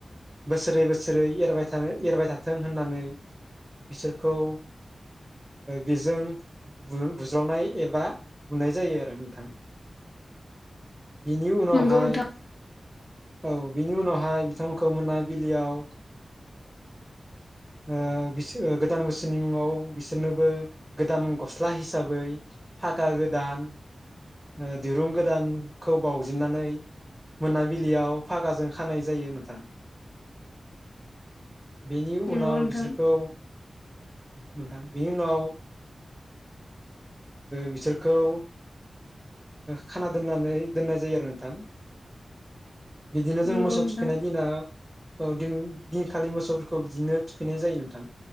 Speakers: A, on the right; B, on the left.
A: बोसोरै बोसोरै एरबाय थानो एरबाय थाथों होननानै बिसोरखौ ओ बेजों बुज्रावनाय एबा बुनाय जायो आरो नोंथां। बिनि उनावहाय
B: नोंगौ नोंथां
A: औ बिनि उनावहाय बिथांमोनखौ मोनाबिलियाव ओ बिसो गोदान बोसोरनि मुङाव बिसोरनोबो गोदान गस्ला हिसाबै फागा गोदान ओ दिरुं गोदानखौ बावजेननानै मोनाबिलि याव फागाजों खानाय जायो नोंथां बेनि उनाव
B: नोंगौ नोंथां
A: बिसोरखौ औ नोंथां बिनि उनाव ओ बिसोरखौ ओ खाना दोननानै दोननाय जायो आरो नोंथां बिदिनो जों
B: नोंगौ
A: मोसौ
B: नोंथां
A: थुखैनाय दिनाव औ दिन दिनखालि मोसौफोरखौ बिदिनो थुखैनाय जायो नोंथां।